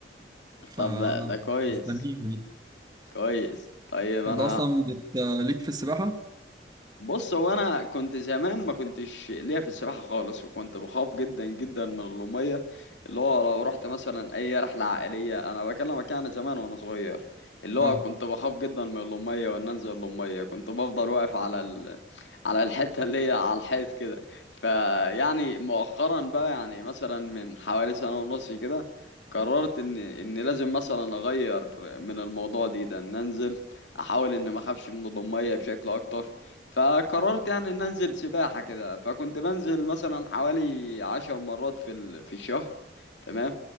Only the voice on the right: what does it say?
ف
مستنيه دي
انت اصلا بت... ليك في السباحه
اه